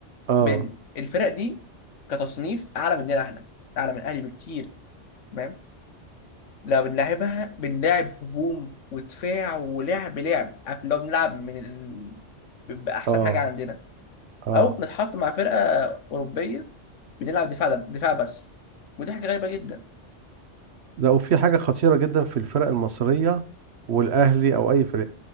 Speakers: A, on the right; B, on the left.
A: اه
B: بين الفرق دي كتصنيف اعلى مننا احنا اعلى من الاهلي بكتير تمام لو بنلعبها بنلعب هجوم ودفاع ولعب لعب عارف لو بنلعب من ال... باحسن
A: اه
B: حاجه عندنا
A: اه
B: او بنتحط مع فرقه اوروبيه بنلعب دفاع دفاع بس ودي حاجه غريبه جدا
A: لا وفي حاجة خطيرة جدا في الفرق المصرية والاهلي او اي فرق